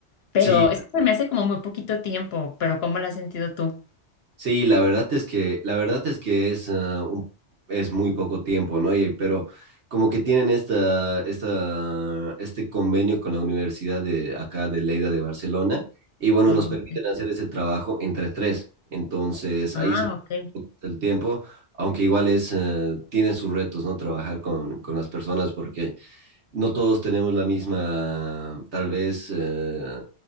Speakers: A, on the left (about 60°); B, on the right (about 70°).
A: Pero
B: sí,
A: es que se me hace como muy poquito tiempo, pero ¿cómo lo has sentido tú?
B: Sí, la verdad es que, la verdad es que es, ah, un- es muy poco tiempo, ¿no? Y, pero como que tienen esta, esta, este convenio con la Universidad de acá de Lleida de Barcelona, y bueno,
A: Ah,
B: nos permiten
A: ok.
B: hacer ese trabajo entre tres. Entonces,
A: Ah,
B: ahí se
A: ok.
B: el tiempo, aunque igual es, eh, tiene sus retos, ¿no? Trabajar con, con las personas porque no todos tenemos la misma, tal vez, eh,